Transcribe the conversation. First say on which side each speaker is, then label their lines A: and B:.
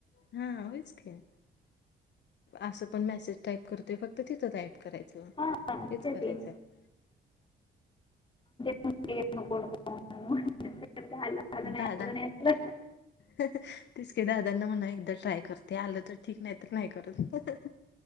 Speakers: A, on the left (about 60°); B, on the left (about 25°).
A: हा व्हयचं की. असं पण मेसेज टाईप करतोय फक्त तिथं टाईप करायचं
B: हां
A: हेच
B: तेच
A: करायचं
B: की हां.
A: आहं.
B: <unintelligible> तर ते आलं आलं नाही
A: दादा.
B: आलं नाही आलं
A: तेच की दादांना म्हणा एकदा ट्राय करते आलं तर ठीक नाही तर नाही करत ह् अ.